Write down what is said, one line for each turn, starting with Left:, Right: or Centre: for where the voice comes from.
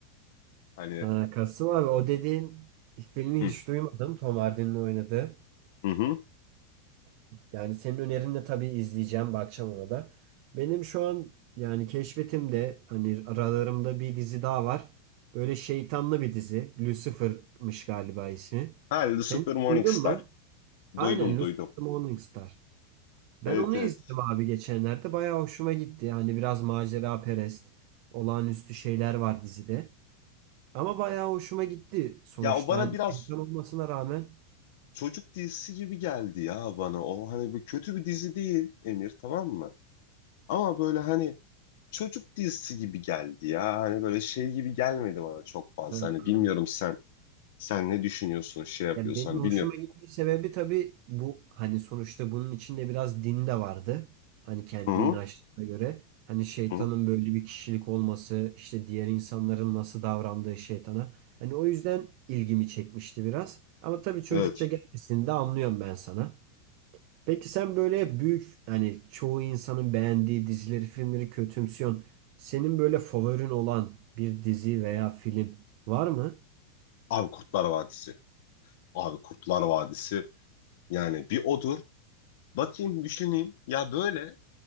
Left: Hani
Right: Ha, Kasım abi o dediğin filmi
Left: hı
Right: hiç duymadım. Tom Hardy'nin oynadığı.
Left: hı. hı.
Right: Yani senin önerinle tabii izleyeceğim. Bakacağım ona da. Benim şu an yani keşfetimde hani aralarımda bir dizi daha var. Böyle şeytanlı bir dizi. Lucifer'mış galiba ismi.
Left: Ha Lucifer
Right: Sen hiç
Left: Morningstar.
Right: duydun mu?
Left: Duydum
Right: Aynen
Left: duydum.
Right: Lucifer Morningstar. Ben
Left: Evet
Right: onu
Left: evet.
Right: izledim abi geçenlerde. Bayağı hoşuma gitti. Yani biraz macera perest, olağanüstü şeyler var dizide. Ama bayağı hoşuma gitti sonuçta.
Left: Ya o bana
Right: Hani
Left: biraz
Right: şeytan olmasına rağmen.
Left: çocuk dizisi gibi geldi ya bana. O hani bir kötü bir dizi değil Emir tamam mı? Ama böyle hani çocuk dizisi gibi geldi ya. Hani böyle şey gibi gelmedi bana çok fazla.
Right: Ha,
Left: Hani
Right: ha.
Left: bilmiyorum sen sen ne düşünüyorsun, şey yapıyorsun.
Right: Ya benim
Left: Hani
Right: hoşuma
Left: bilmiyorum.
Right: gitme sebebi tabii bu hani sonuçta bunun içinde biraz din de vardı. Hani kendi
Left: Hı hı.
Right: inançlarına göre. Hani şeytanın
Left: hı.
Right: böyle bir kişilik olması, işte diğer insanların nasıl davrandığı şeytana. Hani o yüzden ilgimi çekmişti biraz. Ama tabii çocukça
Left: Evet.
Right: gelmesini de anlıyorum ben sana. Peki sen böyle hep büyük hani çoğu insanın beğendiği dizileri, filmleri kötümsüyorsun. Senin böyle favorin olan bir dizi veya film var mı?
Left: Abi Kurtlar Vadisi. Abi Kurtlar Vadisi yani bir odur. Bakayım düşüneyim. Ya böyle